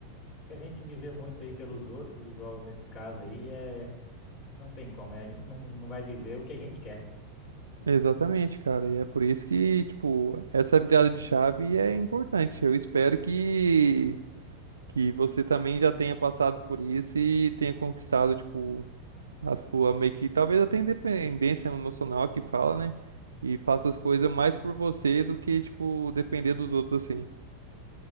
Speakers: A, on the left (about 40°); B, on the right (about 70°).
A: se a gente viver muito aí pelos outros, igual nesse caso aí, é Não tem como, né? a gente não, não vai viver o que a gente quer.
B: Exatamente, cara. E é por isso que, tipo, essa virada de chave é importante. Eu espero que que você também já tenha passado por isso e tenha conquistado, tipo, a sua meio que talvez até independência emocional que fala, né? E faça as coisas mais por você do que, tipo, depender dos outros assim.